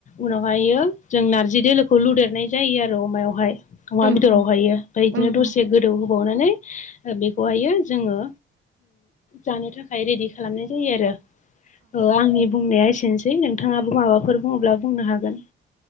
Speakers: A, on the left; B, on the right.
A: उनावहायो जों नारजि दोलोखौ लुदेरनाय जायो आरो अमायावहाय अमा
B: उम
A: बेदराव हायो ओमफफ्राय बिदिनो
B: उम उम
A: दसे गोदौ होबावनानै बेखौहायो जोङो जानो थाखाय रेडि खालामनाय जायो आरो औ आंनि बुंनाया एसेनोसै नोंथाङाबो माबाफोर बुङोब्ला बुंनो हागोन